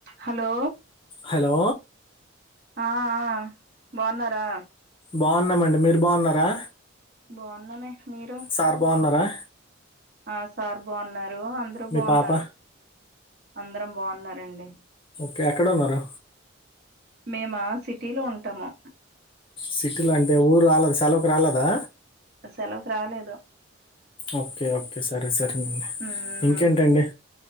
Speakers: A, on the right (about 50°); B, on the left (about 25°).
A: హలో
B: హలో
A: ఆ ఆ బాగున్నారా
B: బాగున్నామండి మీరు బాగున్నారా
A: బాగున్నామే మీరు
B: సార్ బాగున్నారా
A: ఆ సార్ బాగున్నారు అందరు
B: మీ
A: బాగున్నారు
B: పాప
A: అందరం బాగున్నారండి
B: కే ఎక్కడున్నారు
A: మేమా సిటీ లో ఉంటాము
B: సిటీలో అంటే ఊరు రాలేద్ సెలవుకు రాలేదా
A: సెలవుకు రాలేదు
B: ఓకే ఓకే సరే సరేనండి
A: ఉమ్
B: ఇంకేంటండి